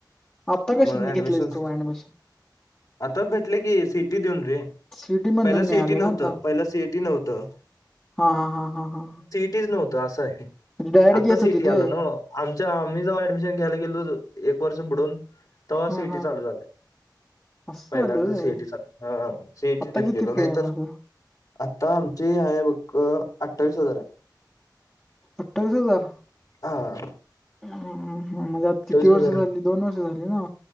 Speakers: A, on the left; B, on the left.
A: आत्ता कशातन
B: म ॲडमिशनस्
A: घेतलंयस तू ऍडमिशन
B: आता भेटले की सिएटी देऊन रे
A: सीटी मधनच
B: पहिला
A: मिळाले
B: सीएटी
A: ना
B: नव्हतं
A: आता
B: पहिला सीएटी नव्हतं
A: हा हा हा हा हा
B: तेच नव्हत असं हाय
A: डायरेक्ट
B: आता
A: घेत
B: सीएटी
A: होतीत
B: आलं
A: होय
B: नव्ह आमच आम्ही जेव्हा ऍडमिशन घ्यायला गेलो होतो एक वर्ष बुडून तेव्हा
A: हा
B: सिइटी
A: हा
B: चालू झालय
A: असं
B: पहिल्यांदा
A: झालं होय
B: सीएटी चालू झाली हा सीएटी
A: आता
B: देऊन
A: किती
B: गेलो नाही
A: फी आहे मग
B: तर आता आमची आहे बघ अठ्ठावीस हजार आहे
A: अठ्ठावीस हजार
B: हां
A: ह म्हणजे आता किती वर्ष
B: हजार
A: झाली
B: आहे
A: दोन वर्ष झाली ना